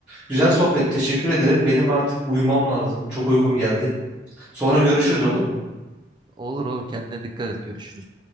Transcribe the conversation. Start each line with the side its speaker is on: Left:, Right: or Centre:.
Centre: Güzel sohbet, teşekkür ederim. Benim artık uyumam lazım. Çok uykum geldi. Sonra görüşürüz olur mu?
Right: Olur olur kendine dikkat et. Görüşürüz.